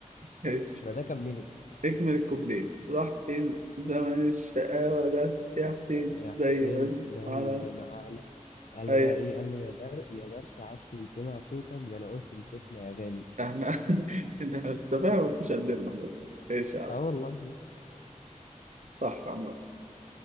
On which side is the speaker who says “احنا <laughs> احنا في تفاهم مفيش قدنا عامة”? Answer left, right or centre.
Right